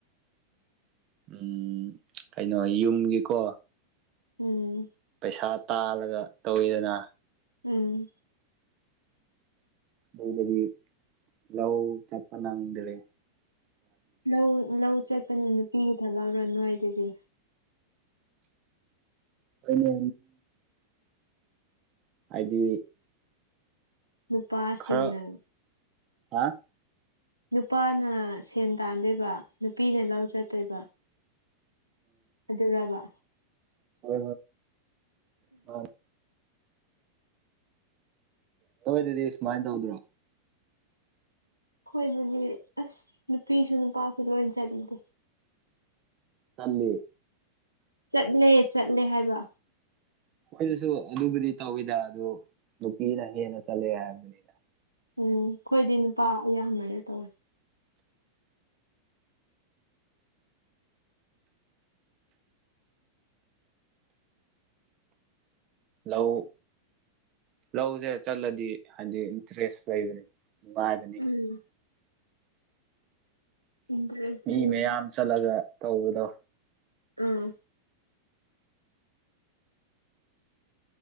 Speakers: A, on the right; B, on the left.
A: ꯎꯝ ꯀꯩꯅꯣ ꯌꯨꯝꯒꯤꯀꯣ
B: ꯎꯝ
A: ꯄꯩꯁꯥ ꯇꯥꯜꯂꯒ ꯇꯧꯋꯤꯗꯅ
B: ꯎꯝ
A: ꯑꯗꯨꯗꯗꯤ ꯂꯎ ꯆꯄꯅꯪꯗꯦ
B: ꯂꯧ ꯂꯧ ꯆꯠꯄꯅꯣ ꯅꯨꯄꯤꯒꯤ ꯊꯛ ꯂꯧꯔ ꯅꯣꯏꯣꯏ ꯑꯗꯨꯗꯤ
A: ꯑꯩꯅ ꯍꯥꯏꯗꯤ
B: ꯅꯨꯄꯥꯁꯤꯅꯅꯦ
A: ꯈꯔ ꯍꯥ
B: ꯅꯨꯄꯥꯅ ꯁꯦꯟ ꯇꯥꯟꯗꯣꯏꯕ ꯅꯨꯄꯤꯅ ꯂꯧ ꯆꯠꯇꯣꯏꯕ ꯑꯗꯨꯗ ꯔꯕ
A: ꯍ ꯍ ꯇꯧꯋꯦ ꯑꯗꯨꯗꯤ ꯁꯨꯃꯥꯏꯅ ꯇꯧꯗ꯭ꯔꯣ
B: ꯍꯈꯣꯏꯗꯗꯤ ꯑꯁ ꯅꯨꯄꯤꯁꯨ ꯅꯨꯄꯥꯁꯨ ꯂꯣꯏ ꯆꯠꯂꯤꯗꯦ
A: ꯆꯥꯟꯅꯤ
B: ꯆꯠꯂꯦ ꯆꯠꯂꯦ ꯍꯥꯏꯕ
A: ꯃꯣꯏꯗꯨꯁꯨ ꯑꯗꯨꯕꯨꯗꯤ ꯇꯧꯋꯤꯗ ꯑꯗꯨ ꯅꯨꯄꯤꯅ ꯍꯦꯟꯅ ꯆꯠꯂꯦ ꯍꯥꯏꯕꯅꯤꯅ
B: ꯎꯝ ꯑꯩꯈꯣꯏꯗꯤ ꯅꯨꯄꯥ ꯑꯌꯥꯝꯕꯅ ꯇꯧꯋꯦ
A: ꯂꯧ ꯂꯧꯁꯦ ꯆꯠꯂꯗꯤ ꯍꯥꯏꯗꯤ ꯏꯟꯇꯔꯦꯁ ꯂꯩꯕꯅꯤ ꯋꯥ ꯑꯗꯨꯅꯤ
B: ꯎꯝ ꯏꯟꯇꯔꯦꯁ
A: ꯃꯤ
B: ꯂꯩꯌꯦ
A: ꯃꯌꯥꯝ ꯆꯠꯂꯒ ꯇꯧꯕꯗꯣ
B: ꯎꯝ